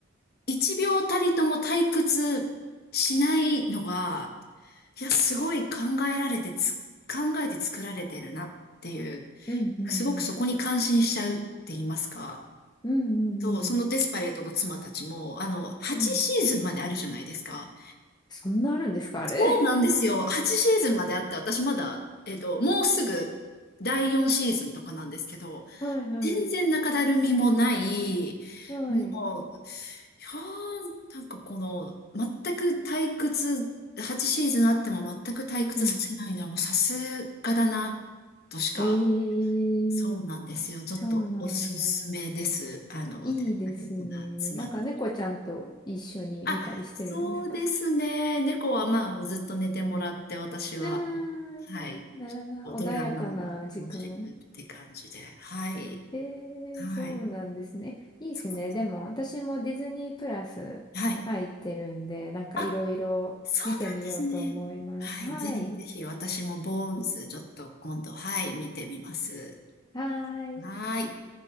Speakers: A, on the left; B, on the left.
A: 一秒たりとも退屈しないのが、いや、すごい考えられてつ、考えて作られてるなっていう、
B: うん、うん、
A: すごくそこに感心しちゃうって言いますか。
B: うん、うん、
A: そう、そのデスパレートの妻たちも、
B: うん、
A: あの、8シーズンまであるじゃないですか。
B: うん。そんなあるんですか、
A: そうなんですよ。
B: あれ。
A: 8シーズンまであって、私まだ、えっと、もうすぐ第4シーズンとかなんですけど、
B: <laughs> はい、はい、
A: 全然中だるみもない、
B: はい。
A: もう、いやー、なんかこの、全く退屈、8シーズンあっても全く退屈させないのはもうさすがだな、
B: うん。
A: としか、
B: へえ、
A: そうなんですよ。ちょっとおすすめです。
B: そうなんだ。
A: あの、
B: いいですね。
A: であれ、こんな、詰まって。
B: なんか猫ちゃんと一緒に見たりしてるんですか
A: あ、そうですね。猫はまあもうずっと寝てもらって、私は、
B: うーん、
A: はい、
B: いいなあ。
A: ドラマを、
B: 穏やかな時間。
A: 楽してるって感じで、はい、
B: ええ、
A: はい。
B: そうなんですね。いいですね。
A: そう
B: でも、私もディズニープラス入ってるんで、
A: はい。
B: なんかいろいろ見てみようと思います。
A: あ、そうなんですね。はい。
B: はい。
A: ぜひぜひ私もボーンズちょっと今度、はい、見てみます。
B: はーい
A: はーい。